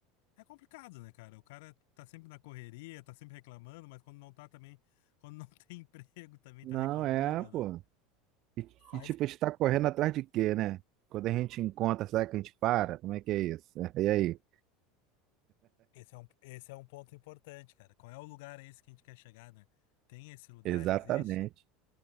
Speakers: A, on the left; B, on the right.
A: É complicado, né, cara? O cara tá sempre na correria, tá sempre reclamando, mas quando não tá também, quando não <laughs> tem emprego, também
B: Não
A: tá reclamando,
B: é, pô.
A: né?
B: E,
A: Faz.
B: e, tipo, a gente tá correndo atrás de quê, né? Quando a gente encontra, será que a gente para? Como é que é isso? <laughs> E aí?
A: Esse é um, esse é um ponto importante, cara. Qual é o lugar esse que a gente quer chegar, né? Tem esse lugar?
B: Exatamente.
A: Existe?